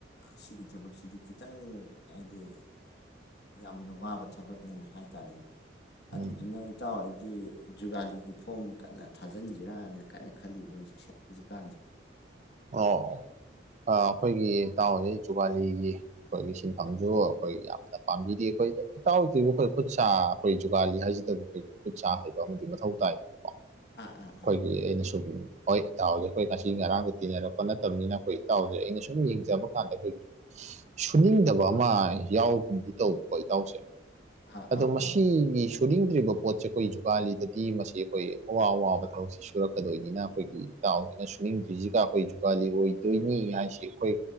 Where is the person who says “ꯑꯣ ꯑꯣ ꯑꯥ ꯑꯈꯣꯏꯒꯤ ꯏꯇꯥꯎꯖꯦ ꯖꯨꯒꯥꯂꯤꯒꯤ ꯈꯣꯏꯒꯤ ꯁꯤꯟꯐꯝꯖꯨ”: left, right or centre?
Right